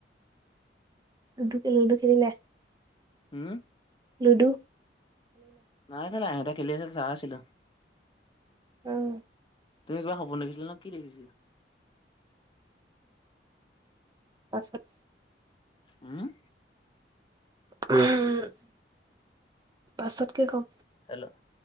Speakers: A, on the right (about 20°); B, on the left (about 30°).
A: <unintelligible>
B: হম
A: লুডো
B: নাই খেলা ইহতে খেলি আছিল চাই আছিলোঁ।
A: উম
B: তুমি কিবা সপুন দেখিছিলা ন কি দেখিছিলা?
A: পাছত
B: হম
A: <unintelligible> পাছত কে কম।
B: হেলো!